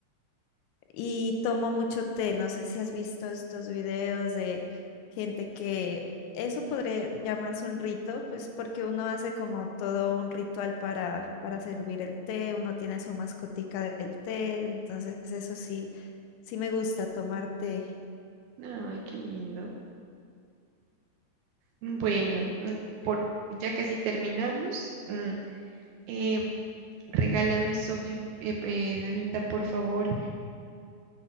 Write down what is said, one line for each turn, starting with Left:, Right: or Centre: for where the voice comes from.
Left: y tomo mucho té. No sé si has visto estos videos de gente que eso podría llamarse un rito, pues porque uno hace como todo un ritual para, para servir el té, uno tiene su mascotica del té, entonces eso sí, sí me gusta tomar té.
Right: Ay, qué lindo. Mm, Bueno, mm, por, ya casi terminamos. mm, eh, regálame, Sofi, eh, eh, Danita, por favor,